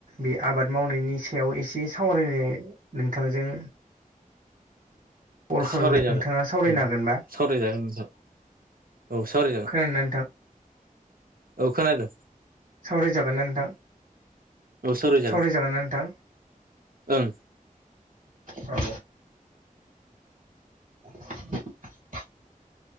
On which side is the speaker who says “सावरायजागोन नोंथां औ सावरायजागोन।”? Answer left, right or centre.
Right